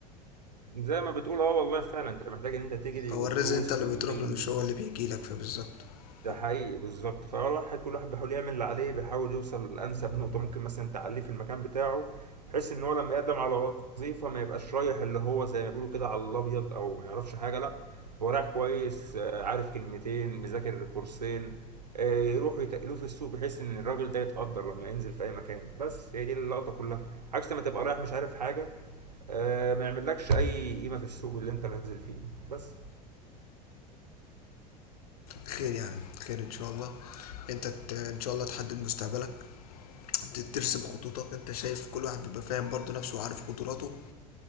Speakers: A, on the right; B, on the left.
A: زي ما بتقول اه والله فعلا انت محتاج ان انت تجري
B: هو
A: وتدوس
B: الرزق انت اللي
A: وتنجز
B: بتروح له مش هو اللي بيجي لك فبالظبط
A: ده
B: وبت-
A: حقيقي بالظبط فالواحد كل واحد بيحاول يعمل اللي عليه بيحاول يوصل لأنسب نقطة ممكن مثلا تعليه في المكان بتاعه بحيث ان هو لما يقدم على وظيفة ما يبقاش رايح اللي هو زي ما بيقولوا كده على الابيض او ما يعرفش حاجة لا هو رايح كويس آه، عارف كلمتين مذاكر كورسين آه، يروحوا يتقلوه في السوق بحيث ان الراجل ده يتقدر لما ينزل في اي مكان بس هي دي اللقطة كلها عكس ما تبقى رايح مش عارف حاجة آه، ما يعملكش اي قيمة في السوق اللي انت نازل فيه بس
B: خير يعني خير ان شاء الله انت ت- ان شاء الله تحدد مستقبلك ت- ترسم خطوطك انت شايف كل واحد بيبقى فاهم برضه نفسه وعارف قدراته